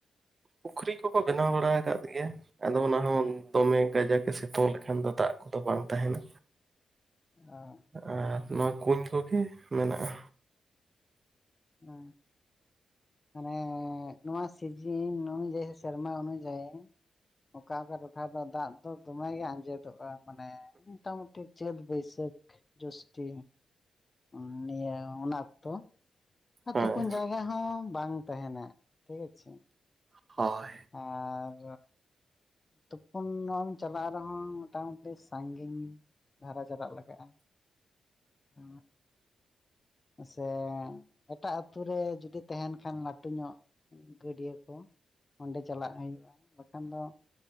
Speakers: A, on the right; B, on the left.
A: ᱯᱩᱠᱷᱨᱤ ᱠᱚᱠᱚ ᱵᱮᱱᱟᱣ ᱵᱟᱲᱟ ᱠᱟᱫ ᱜᱮᱭᱟ᱾ ᱟᱫᱚ ᱚᱱᱟ ᱦᱚᱸ ᱫᱚᱢᱮ ᱠᱟᱡᱟᱠᱮ ᱥᱤᱛᱩᱝ ᱞᱮᱠᱷᱟᱱ ᱫᱚ ᱫᱟᱜ ᱠᱚᱫᱚ ᱵᱟᱝ ᱛᱟᱦᱮᱱᱟ᱾
B: ᱚ
A: ᱟᱨ ᱱᱚᱣᱟ ᱠᱩᱧ ᱠᱚᱜᱮ ᱢᱮᱱᱟᱜᱼᱟ᱾
B: ᱚ ᱢᱟᱱᱮ ᱱᱚᱣᱟ ᱥᱤᱡᱤᱱ ᱱᱩᱭᱡᱮᱥᱮ ᱨᱮᱢᱟ ᱚᱱᱩᱡᱟᱭᱤ ᱚᱠᱟ ᱚᱠᱟ ᱴᱚᱴᱷᱟ ᱫᱚ ᱫᱟᱜ ᱫᱚ ᱫᱚᱢᱮ ᱜᱮ ᱟᱸᱡᱮᱫ ᱛᱚᱜᱼᱟ ᱢᱟᱱᱮ ᱢᱚᱴᱟᱢᱩᱴᱤ ᱪᱟᱹᱛ ᱵᱟᱹᱭᱥᱟᱹᱠᱷ ᱡᱳᱥᱴᱤ ᱚ ᱱᱤᱭᱟᱹ ᱚᱱᱟ ᱚᱠᱛᱚ ᱟᱨ
A: ᱦᱮᱸ
B: ᱛᱩᱯᱩᱱ ᱡᱟᱭᱜᱟ ᱦᱚᱸ ᱵᱟᱝ ᱛᱟᱦᱮᱱᱟ ᱴᱷᱤᱠ ᱟᱪᱷᱮ᱾
A: ᱦᱚᱭ
B: ᱟᱨ ᱛᱩᱯᱩᱱ ᱮᱢ ᱪᱟᱞᱟᱜᱼᱟᱼᱼ ᱨᱮᱦᱚᱸ ᱢᱚᱴᱟᱢᱩᱴᱤ ᱥᱟᱺᱜᱤᱧ ᱫᱷᱟᱨᱟ ᱪᱟᱞᱟᱜ ᱞᱟᱜᱟᱜᱼᱟᱼᱼ <inaudible> ᱥᱮ ᱮᱴᱟᱜ ᱟᱛᱩᱨ ᱨᱮ ᱡᱩᱫᱤ ᱛᱟᱦᱮᱱ ᱠᱷᱟᱱ ᱞᱟᱹᱴᱩ ᱧᱚᱜᱼᱼ ᱜᱟᱹᱰᱭᱟᱹ ᱠᱚ ᱚᱸᱰᱮ ᱪᱟᱞᱟᱜ ᱦᱩᱭᱩᱜᱼᱟ᱾ ᱵᱟᱠᱷᱟᱱ ᱫᱚᱼᱼ <unintelligible>